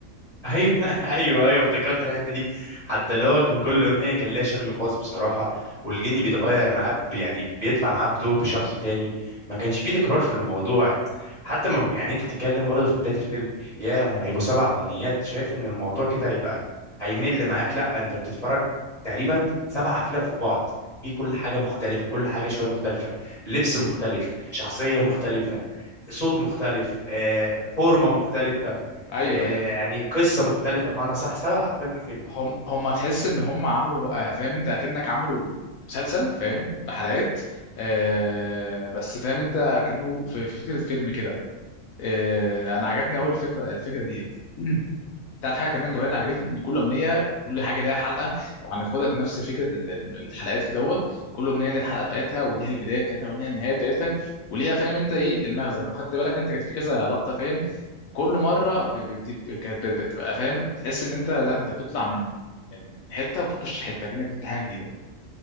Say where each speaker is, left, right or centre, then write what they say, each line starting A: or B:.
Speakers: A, on the left; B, on the left.
A: ايوه <laughs> ايوه ايوه افتكرت الحته دي حتى اللي هو كان كل امنيه كان ليها شكل خاص بصراحه والجن بيتغير معاه ب- يعني بيطلع معاه بدور بشخص تاني ما كانش فيه تكرار في الموضوع حتى ما يعني انت بتتكلم برضه في بدايه الفيلم يا هم هيبقوا سبع امنيات شايف ان الموضوع كده هيبقى هيمل معاك لا انت بتتفرج تقريبا سبع افلام في بعض في كل حاجه مختلفه كل حاجه شويه مختلفه لبس مختلف شخصيه مختلفه صوت مختلف آه، فورمه مختلفه
B: ايوه
A: آه،
B: ايوه
A: يعني قصة مختلفة بمعنى صح سبع أفلام في فيلم
B: هم هم تحس ان هم عملوا آه، فاهم انت اكنك عملوا مسلسل فاهم بحلقات آه بس فاهم انت كأنه في في فكرة فيلم كده آه انا عجبني اول الفكرة الفكرة ديت <clears throat> تعرف حاجه كمان جوانا عجبتني ان كل امنيه كل حاجه ليها حلقه لو هناخدها بنفس فكره ال- ال- الحلقات كده دوت كل امنيه ليها الحلقه بتاعتها وليها البدايه بتاعتها وليها النهايه بتاعتها وليها فاهم انت ايه المغزى لو خدت بالك انت كانت في كذا لقطه فاهم كل مره ب- ب- بتب- كانت بت- بتبقى فاهم تحس ان انت لا انت بتطلع من من حته وبتخش في حته كانك بتبدا حاجه جديده